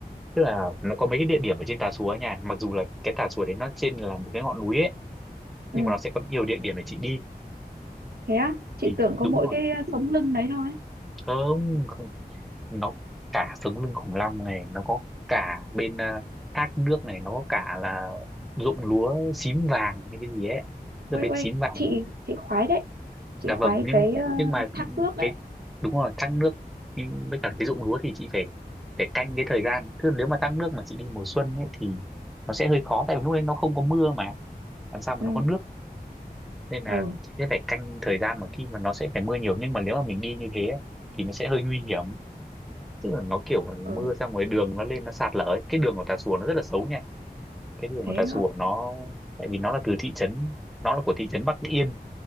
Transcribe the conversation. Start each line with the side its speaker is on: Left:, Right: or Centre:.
Centre: tức là nó có mấy cái địa điểm ở trên Tà Xùa ấy nha mặc dù là cái Tà Xùa đấy nó trên là một cái ngọn núi ấy
Right: Ừ.
Centre: nhưng mà nó sẽ có nhiều địa điểm để chị đi
Right: thế á chị
Centre: thì
Right: tưởng có
Centre: đúng
Right: mỗi
Centre: rồi
Right: cái ờ, sống lưng đấy thôi
Centre: không, không nó cả sống lưng khủng long này nó có cả bên ờ, thác nước này nó có cả là ruộng lúa xím vàng hay cái gì ấy tức
Right: Ui,
Centre: là bên
Right: ui,
Centre: xím vàng
Right: chị chị khoái đấy chị
Centre: dạ
Right: khoái
Centre: vâng nhưng
Right: cái ờ,
Centre: nhưng mà
Right: thác nước đấy
Centre: cái đúng rồi thăng nước đi với cả cái ruộng lúa thì chị phải phải canh cái thời gian chứ nếu mà thăng nước mà chị đi mùa xuân ấy thì nó sẽ hơi khó tại vì lúc đấy nó không có mưa mà làm sao mà
Right: ừ
Centre: nó có nước nên là
Right: ờ
Centre: chị sẽ phải canh thời gian mà khi mà nó sẽ phải mưa nhiều nhưng mà nếu mà mình đi như thế ấy, thì nó sẽ hơi nguy hiểm tức là nó kiểu
Right: ờ
Centre: mưa xong rồi đường nó lên nó sạt lở ấy. cái đường của Tà Xùa nó rất là xấu nha cái đường
Right: thế
Centre: của Tà
Right: nữa
Centre: Xùa nó tại vì nó là từ thị trấn nó là của thị trấn Bắc Yên